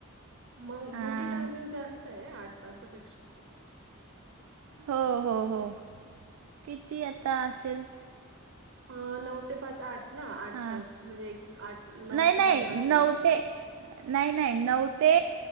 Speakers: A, on the right; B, on the right.
A: मग
B: हां
A: ड्युटी टायमिंग जास्त <unintelligible> आठ तापेक्षा <unintelligible>
B: हो हो हो किती आता असेल <unintelligible>
A: ह नऊ ते पाच आठ ना आठ
B: हां
A: तास म्हणजे एक आठ नऊ
B: नाही नाही
A: तास ज असेल
B: नऊ
A: <unintelligible>
B: ते नाही नाही नऊ ते